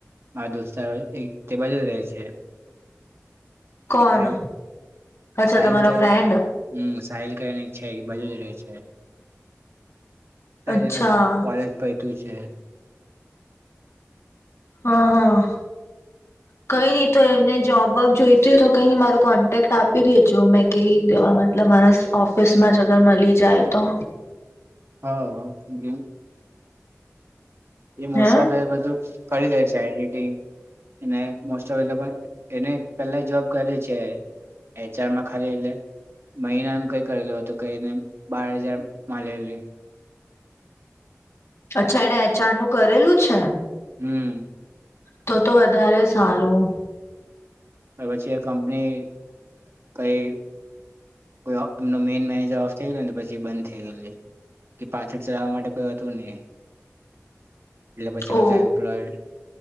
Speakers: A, on the right; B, on the left.
A: મારા દોસ્તારો તે બધો રહે છે
B: કોણ
A: તો
B: અચ્છા
A: સાહિલક
B: તમારો
A: હમ
B: ફ્રેન્ડ
A: સાહિલકને છે બજું જ રહે છે અ
B: અચ્છા
A: એનું કોલેજ પૈતું છે
B: હા, હા, કઈ નઈ તો એમને જોબ જ જોઈતી હોય તો કઈ નઈ મારું કોન્ટેક્ટ આપી દેજું મેં કહી દેવા મતલબ મારા ઓફિસમાં જ અગર મળી જાય તો
A: હા <unintelligible> એ મોસા
B: હે
A: ગ બધું કરી લે છે એડિટિંગ એ મોસ્ટ ઓફ લોકો એને પેલા જોબ કરલી છે ચારમાં ખાલી એલે મહિનાનું કઈ કરેલું હતું કઈને બાર હજાર મળેલી
B: અચ્છા એને એચઆર નું કરેલું છે
A: હમ
B: તો તો વધારે સારું
A: પછી એ કંપની કઈ કો એમનો મેન મેનેજર ઓફ થઈ ગય ને પછી બંધ થઈ ગયેલી કે પાછળ ચલાવવા માટે કોઈ હતું ની મલે એટલે પછી બધા
B: ઓ
A: એમ્પ્લોય